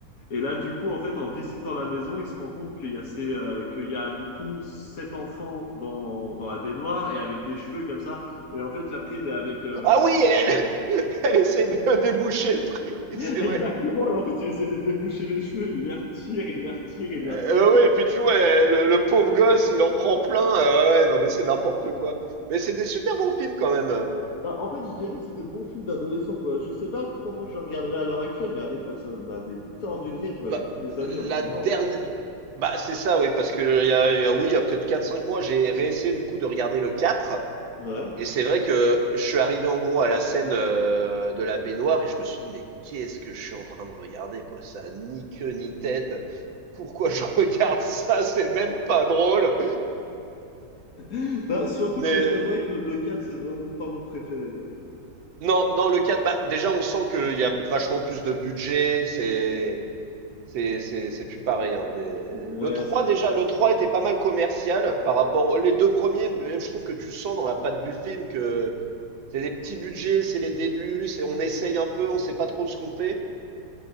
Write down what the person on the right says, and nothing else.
Ah oui, elle, <laughs> elle essaye de <laughs> déboucher le truc, oui,
c'est
vrai.
Euh,
ouais, et puis tu vois, euh, le, le pauvre gosse, il en prend plein. euh, ouais, non, mais c'est n'importe quoi. Mais c'est des super bons films quand même. euh.
Bah,
la
dernière.
Bah, c'est ça, oui, parce que il y a, il y a- oui, il y a peut-être quatre, cinq mois, j'ai réessayé du coup de regarder le 4.
Et c'est vrai que je suis arrivé en gros à la scène euh, de la baignoire et je me suis dit, mais qu'est-ce que je suis en train de regarder, quoi? Ça a ni queue ni tête. Pourquoi je <laughs> regarde ça? C'est même pas drôle.
Mais
non, dans le cadre, bah, déjà, on sent qu'il y a vachement plus de budget. C'est, c'est, c'est, c'est plus pareil. hein. Des-
Le trois
déjà, le 3
était pas mal commercial par rapport aux les deux premiers. Même, je trouve que tu sens dans la patte du film que c'est des petits budgets, c'est les débuts, c'est, on essaye un peu, on sait pas trop ce qu'on fait.